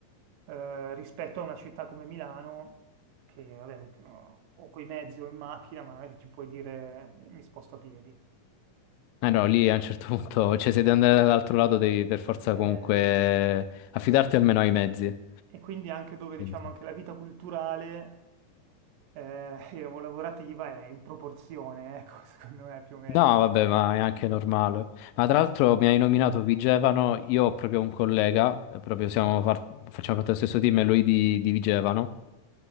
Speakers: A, on the right; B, on the left.
A: eh, rispetto a una città come Milano, che vabbè, o o coi mezzi o in macchina, ma non è che ci puoi dire eh, mi sposto a piedi.
B: no, lì a un certo punto, cioè se devi andare dall'altro lato devi per forza
A: Eh,
B: comunque affidarti almeno ai mezzi.
A: e quindi anche dove
B: Quindi,
A: diciamo anche la vita culturale eh, <laughs> e lavorativa è in proporzione, ecco, <laughs> secondo me più o meno.
B: No, vabbè, ma è anche normale. Ma tra l'altro mi hai nominato Vigevano, io ho proprio un collega, eh, proprio siamo far- facciamo parte dello stesso team, e lui di, di Vigevano.